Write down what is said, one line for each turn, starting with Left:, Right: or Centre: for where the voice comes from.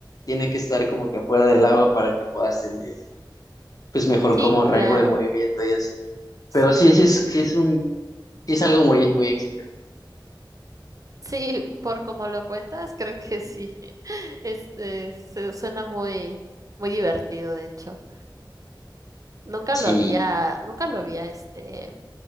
Left: tiene que estar como que afuera del agua para que puedas tener pues mejor
Right: Sí,
Left: como rango
Right: claro.
Left: de movimiento y así.
Right: Sí,
Left: Pero sí, sí es, sí es un, sí es algo muy, muy exigente.
Right: Sí, por como lo cuentas, creo que sí. <laughs> Es, es- se- suena muy, muy divertido, de hecho. Nunca lo
Left: Sí,
Right: había, nunca lo había, este,